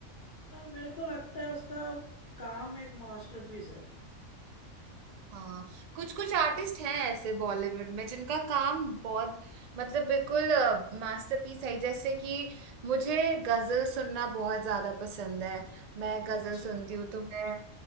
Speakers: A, on the left; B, on the right.
A: मेरे को लगता है उसका काम एक मास्टरपीस है
B: हाँ कुछ कुछ आर्टिस्ट हैं ऐसे बॉलीवुड में जिनका काम बहुत मतलब बिल्कुल मास्टरपीस है जैसे कि मुझे गजल सुनना बहुत ज्यादा पसंद है मैं गजल
A: अच्छा
B: सुनती हूँ तो मैं